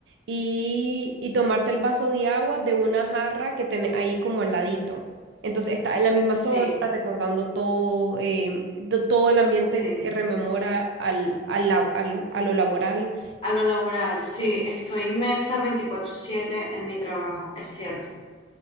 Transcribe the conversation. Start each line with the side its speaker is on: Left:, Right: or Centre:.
Right: y, y tomarte el vaso de agua de una jarra que tenés ahí como al ladito. Entonces, estás en la misma
Left: sí,
Right: zona, recordando todo, em, to- todo el ambiente
Left: sí.
Right: que rememora al, al, la- al- a lo laboral.
Left: A lo laboral, sí, estoy inmersa veinticuatro siete en mi trabajo, es cierto,